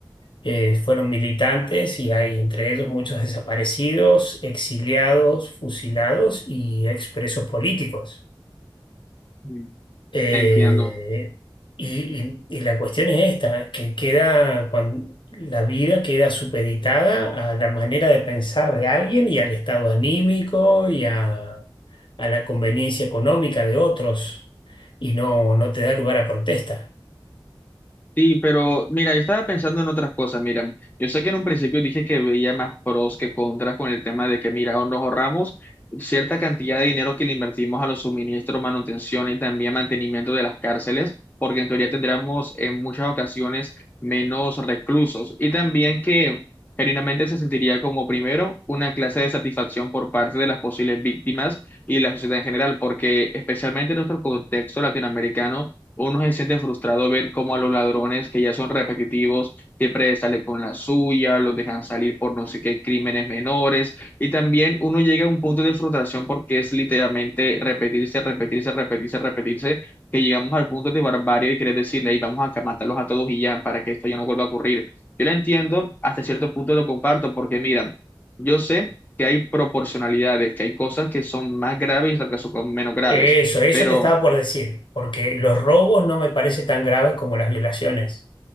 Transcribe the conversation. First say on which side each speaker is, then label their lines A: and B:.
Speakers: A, on the left; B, on the left.
A: eh, fueron militantes y hay entre ellos muchos desaparecidos, exiliados, fusilados y expresos políticos.
B: Mm.
A: Eh,
B: Entiendo.
A: y, y- y la cuestión es esta, que queda cuan- la vida queda supeditada a la manera de pensar de alguien y al estado anímico y a, a la conveniencia económica de otros y no, no te da lugar a protesta.
B: Sí, pero mira, yo estaba pensando en otras cosas. Mira, yo sé que en un principio dije que veía más pros que contras con el tema de que, mira, nos ahorramos cierta cantidad de dinero que le invertimos a los suministros, manutención y también mantenimiento de las cárceles, porque en teoría tendríamos en muchas ocasiones menos reclusos. Y también que genuinamente se sentiría como, primero, una clase de satisfacción por parte de las posibles víctimas y la sociedad en general, porque especialmente en nuestro contexto latinoamericano. Uno se siente frustrado ver cómo a los ladrones que ya son repetitivos siempre sale con la suya, los dejan salir por no sé qué crímenes menores. Y también uno llega a un punto de frustración porque es literalmente repetirse, repetirse, repetirse, repetirse, que llegamos al punto de barbarie y querer decirle, "Ey, vamos a matarlos a todos y ya, para que esto ya no vuelva a ocurrir. Yo lo entiendo, hasta cierto punto lo comparto, porque mira, yo sé que hay proporcionalidades, que hay cosas que son más graves y otras que son menos graves.
A: Eso, eso
B: Pero
A: te estaba por decir, porque los robos no me parece tan graves como las violaciones.